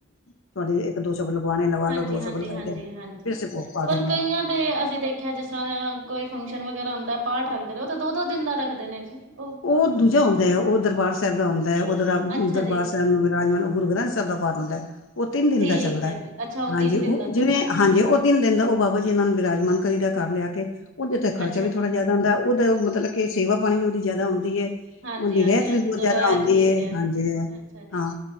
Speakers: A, on the left (about 85°); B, on the right (about 80°).
A: ਤੁਹਾਡੀ ਇੱਕ ਦੋ ਸ਼ਬਦ ਲਵਾਉਣੇ ਲਵਾ
B: ਹਾਂਜੀ,
A: ਲ ਲੋ ਦੋ
B: ਹਾਂਜੀ,
A: ਸ਼ਬਦ
B: ਹਾਂਜੀ, ਹਾਂਜੀ।
A: ਫਿਰ ਅਸੀਂ ਭੋਗ ਪਾ
B: ਪਰ
A: ਦਿੰਦੇ
B: ਕਈਆਂ
A: ਹਾਂ
B: ਦੇ। ਅਸੀਂ ਦੇਖਿਆ। ਜਿਸ ਤਰ੍ਹਾਂ ਕੋਈ ਫੰਕਸ਼ਨ ਵਗੈਰਾ ਹੁੰਦਾ। ਪਾਠ ਰੱਖਦੇ ਨੇ ਉਹ ਤਾਂ ਦੋ ਦੋ ਦਿਨ ਦਾ ਰੱਖਦੇ ਨੇ ਜੀ। ਉਹ
A: ਉਹ ਦੂਜਾ ਹੁੰਦਾ ਹੈ। ਉਹ ਦਰਬਾਰ ਸਾਹਿਬ ਦਾ ਹੁੰਦਾ ਹੈ। ਉਹ ਦ
B: ਅੱਛਾ
A: ਦਰਬਾਰ
B: ਜੀ,
A: ਸਾਹਿਬ ਨੂੰ ਵਿਰਾਜਮਾਨ ਗੁਰੂ ਗ੍ਰੰਥ। ਤਿੰਨ ਦਾ ਪਾਠ ਹੁੰਦਾ। ਉਹ ਤਿੰਨ ਦਿਨ
B: ਠੀਕ
A: ਦਾ ਚੱਲਦਾ ਹੈ
B: ਜੀ, ਅੱਛਾ
A: ਹਾਂਜੀ।
B: ਤਿੰਨ
A: ਉਹ
B: ਦਿਨ ਦਾ
A: ਜਿਹਵੇਂ
B: ਚੱਲਦਾ ਹੈ।
A: ਹਾਂਜੀ ਉਹ ਤਿੰਨ ਦਿਨ ਦਾ ਉਹ ਬਾਬਾ ਜੀ ਇਹਨਾਂ ਨੂੰ ਵਿਰਾਜਮਾਨ ਕਰੀ ਦਾ ਘਰ ਲਿਆ ਕੇ। ਉਹਦੇ ਉੱਤੇ ਖਰਚਾ
B: ਅੱਛਾ
A: ਵੀ ਥੋੜ੍ਹਾ
B: ਜੀ,
A: ਜਿਆਦਾ ਉਦਾ ਉਹਦਾ ਮਤਲਬ ਕਿ ਸੇਵਾ ਪਾਣੀ ਵੀ ਉਹਦੀ ਜ਼ਿਆਦਾ ਹੁੰਦੀ ਹੈ।
B: ਹਾਂਜੀ,
A: ਉਹਦੀ
B: ਹਾਂਜੀ,
A: ਰਹਿਤ
B: ਹਾਂਜੀ
A: ਵੀ ਬਹੁਤ
B: ਚਲੋ
A: ਜਿਆਂਦਾ ਆਉਂਦੀ।
B: ਇਹ ਠੀਕ ਹੈ।
A: ਹਾਂਜੀ
B: ਅੱਛਾ ਜੀ,
A: ਹਾਂ